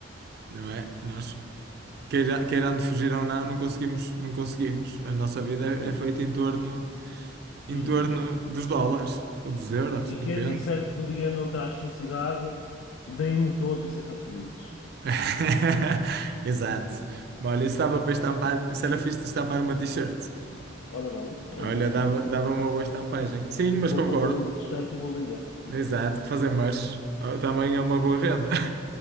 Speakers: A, on the right; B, on the left.
A: não é? Nós Queira- queirando fugir ou não, não conseguimos, não conseguimos. A nossa vida
B: Não,
A: é, é feita em torno, em
B: do
A: torno
B: dinheiro.
A: dos dólares ou dos euros,
B: E
A: depende.
B: quem disser que o dinheiro não traz felicidade, deem-no todo e sejam felizes.
A: <laughs> Exato. Mas Olha, isso estava para estampar, isso era fixe de estampar uma t-shirt.
B: Ora bem, é
A: Olha,
B: bom-
A: dava, dava uma boa estampagem. Sim, mas
B: vou
A: concordo.
B: fazer uma t-shirt e vou vender, se quiseres.
A: Exato, fazer merch ah, também é uma boa renda.